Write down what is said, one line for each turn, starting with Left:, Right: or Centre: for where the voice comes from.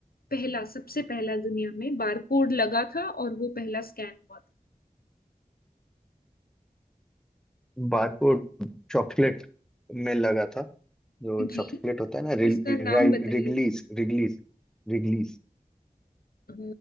Left: पहला सबसे पहला दुनिया में बारकोड लगा था और वो पहला स्कैन हुआ
Centre: Barcode chocolate में लगा था जो
Left: था जी
Centre: चॉकलेट होता है ना रि,
Left: उसका
Centre: रि,
Left: नाम बताइए
Centre: रिगलीज रिगलीज रिगलीज
Left: अ,